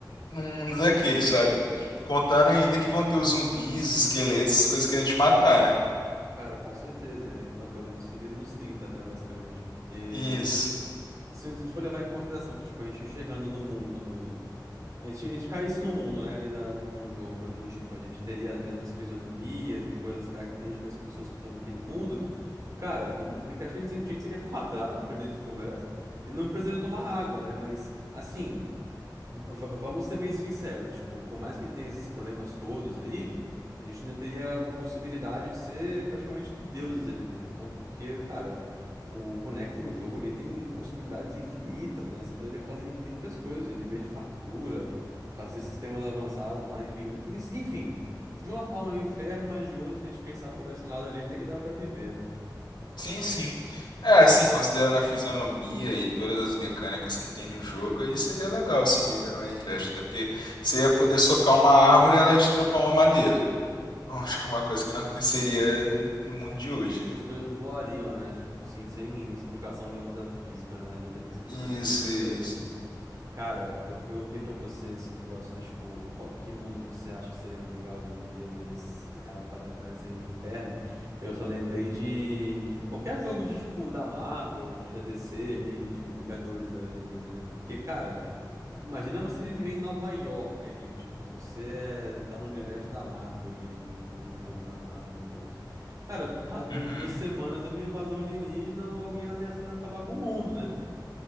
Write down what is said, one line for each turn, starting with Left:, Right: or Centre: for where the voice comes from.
Left: num mundo daquele, sabe? Contando ainda que vão ter os zumbis, os esqueletos, as coisas querendo te matar, né?
Right: Cara, com certeza, é aquela coisa de se vira nos trinta né, basicamente, porque
Left: Isso.
Right: se a gente for levar em consideração que, tipo, a gente chegando no mundo do A gente, a gente cai isso no mundo, né? Ali da, do, de um jogo, coisa do tipo. A gente teria as mesmas fisionomias e coisas características das pessoas que estão naquele mundo. Cara, no mundo do Minecraft a gente, a gente seria quadrado para início de conversa. E não precisaria tomar água, né? Mas, assim v- vamos ser bem sinceros, tipo, por mais que tenha esses problemas todos aí, a gente ainda teria a possibilidade de ser praticamente deuses ali dentro, né? Porque, o cara, o o boneco do jogo ali tem possibilidades infinitas, né? Você poderia fazer infinitas coisas, viver de fartura, fazer sistemas avançados lá, enfim. Enfim, de uma forma é um inferno, mas de outra, se a gente pensar por esse lado ali, até que dá pra viver, né?
Left: Sim, sim. É, assim, considerando a fisionomia e todas as mecânicas que tem no jogo, aí seria legal, sim, viver no Minecraft. Até porque você ia poder socar uma árvore e ela ia te dropar uma madeira. Bom, acho que uma coisa que não aconteceria no mundo de hoje,
Right: E
Left: né?
Right: as coisas voariam, né? Tipo, assim, sem explicação nenhuma da física, né? A lei da física,
Left: Isso,
Right: eles são totalmente diferentes.
Left: isso.
Right: Cara, eu perguntei pra você esse negócio do tipo, qual, que mundo você acha que seria legal de viver, mas que na real pare, pareceria um inferno. Eu só lembrei de qualquer jogo de, tipo, da Marvel, de da DC ali, tipo, Vingadores da, da vida, né? Porque, cara, imagina você viver em Nova York ali, tipo, você é, tá no universo da Marvel ali, de um, um jogo da Marvel, entende? Cara, cada
Left: Uhum.
Right: duas semanas é uma invasão alienígena ou alguém ameaçando acabar com o mundo, né?